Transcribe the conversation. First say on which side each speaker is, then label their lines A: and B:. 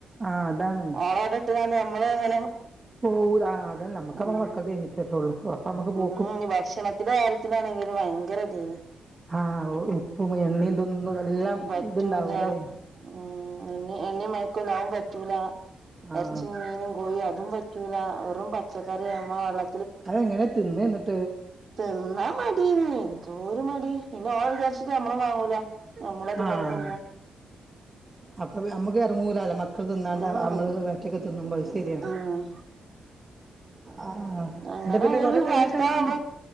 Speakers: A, on the right; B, on the right.
A: ആ അതാണ്
B: ഓളെ ഇവടെ ഇട്ട്ക്കാണ്ട് നമ്മള്ങ്ങന
A: പോവും ആ അതന്നെ നമ്മുക്ക് നമ്മടെ
B: ഉം
A: മക്കളതത് ഞ്ഞിട്ടൊള്ളു അപ്പൊ നമ്മുക്ക് പോ
B: ഉം ഭക്ഷണത്തിന്റെ കാര്യത്തിലാണെങ്കിൽ ഭയങ്കര ഇതേനി
A: ആഹ് ഉപ്പും എണ്ണയും ഇതൊന്നും എല്ലാം
B: പറ്റൂല
A: ഇത്ണ്ടാവും ല്ലേ
B: ഉം എണിം എണ്ണീ മയക്കൊന്നും അതും പറ്റൂല
A: ആഹ്
B: ഇറച്ചിം മീനും കോയി അതും പറ്റൂ ല വെറും പച്ചക്കറിയമ്മളെ വള
A: അതെങ്ങനെ തിന്ന എന്നിട്ട്
B: തിന്നാ മടിയെയ്നി എന്തോര് മടി പിന്നെ ഓളെ വിചാരിച്ചിട്ട് നമ്മളും വാങ്ങൂല നമ്മളും അതുപോലെ
A: ആഹ്
B: തിന്നും
A: അപ്പൊ നമ്മക്ക് ഇറങ്ങൂലല്ലോ മ മക്കള് തിന്നാണ്ട്
B: ഉം
A: നമ്മള് ഒറ്റക്ക് തിന്നുമ്പോൾ ശരിയാണ്
B: ഉം
A: ആഹ്
B: അങ്ങനെ
A: എന്നിട്ട് പിന്നെ
B: ഒരു
A: കൊറെ കഴിഞ്ഞിട്ട്
B: വാസ്തവാണ്
A: അങ്ങട്